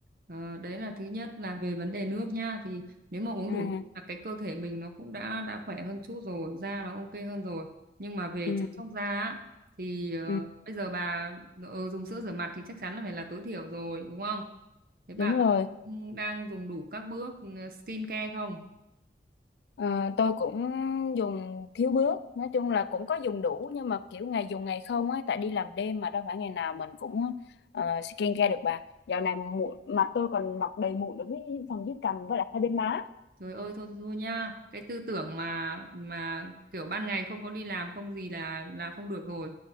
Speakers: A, on the right; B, on the left.
A: ờ, đấy là thứ nhất là về vấn đề nước nha thì nếu mà uống
B: ừ.
A: đủ nước là cái cơ thể mình nó cũng đã đã khỏe hơn chút rồi da là ok hơn rồi nhưng mà về
B: Ừ.
A: chăm sóc da á, thì ờ,
B: Ừ.
A: bây giờ bà ờ, dùng sữa rửa mặt thì chắc chắn là phải là tối thiểu rồi đúng không thế bà
B: đúng
A: có
B: rồi
A: đang dùng đủ các bước ừ, skin care không
B: Ờ, tôi cũng dùng thiếu bước nói chung là cũng có dùng đủ nhưng mà kiểu ngày dùng ngày không ấy tại đi làm đêm mà đâu phải ngày nào mình cũng uh, skincare được bà dạo này mụn mặt tôi còn mọc đầy mụn ở dưới phần dưới cằm với lại hai bên má
A: Trời ơi thôi thôi, thôi nha, cái tư tưởng mà mà kiểu ban ngày không có đi làm không gì là là không được rồi.